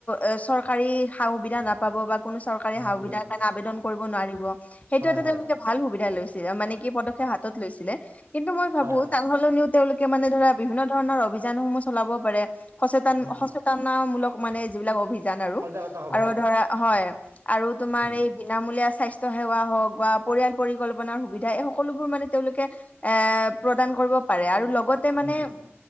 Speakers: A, on the left; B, on the right.
A: এ চৰকাৰী সা সুবিধা নাপাব বা কোনো চৰকাৰী
B: উম
A: সা সুবিধাৰ
B: উম
A: কাৰণে আবেদন কৰিব নোৱাৰিব সেইটো
B: হয়
A: এটা
B: হয়
A: তেওঁলোকে ভাল সুবিধা লৈছে। মানে কি পদক্ষেপ হাতত লৈছিলে কিন্তু মই ভাবো
B: হয় হয়
A: তাৰ সলনিও তেওঁলোকে মানে ধৰা বিভিন্ন ধৰনৰ অভিযানসমূহ চলাব পাৰে সচেত
B: উম উম
A: সচেতন মূলক মানে যিবিলাক অভিান যান আৰু
B: সজাগতা সভা
A: আৰু ধৰা হয় আৰু তোমাৰ
B: উম
A: এই বিনামূলীয়া স্বা- স্থ্য সেৱা হওক বা পৰিয়াল পৰিকল্পনাৰ সুবিধা এই সকলোবোৰ মানে তেওঁলোকে এ প্ৰদান কৰিব পাৰে আৰু লগতে মানে
B: উম উম